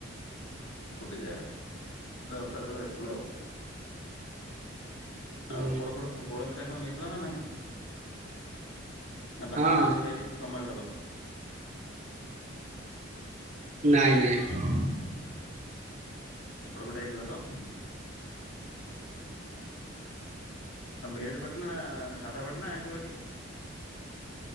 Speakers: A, on the left; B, on the right.
A: <unintelligible> ଆସଥିଲା ଆଉ
B: ହୁଁ
A: ଆଉ ପୋଡ ପୋଡ ପୋଡପିଠା କଣ ହେଇ ହେଲା ନାହିଁ। ନା
B: ହଁ
A: ବାହାର ଖାଦ୍ୟ ଖାଇ ସମ୍ଭାଳିଦ ଦେଲ
B: ନାଇଁ ନାଇଁ।
A: ପ୍ରାଇଭେଟ୍ ରେ ହେଇଥିଲା ତ? ତମେ ଭେଜ ପଟ ନା। ସାଧା ପାଟି ନା ଆଇଁଷ ପାଟି।